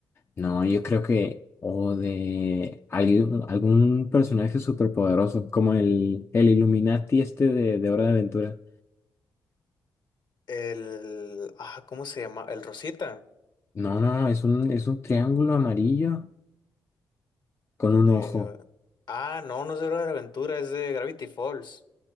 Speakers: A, on the left (about 30°); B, on the left (about 55°).
A: no, yo creo que, o de algún, algún personaje superpoderoso, como el, el Illuminati este de, de Hora de Aventura.
B: El, ah, ¿cómo se llama? El Rosita.
A: No, no, es un, es un triángulo amarillo con un
B: De,
A: ojo.
B: ah, no, no es de Hora de la Aventura, es de Gravity Falls.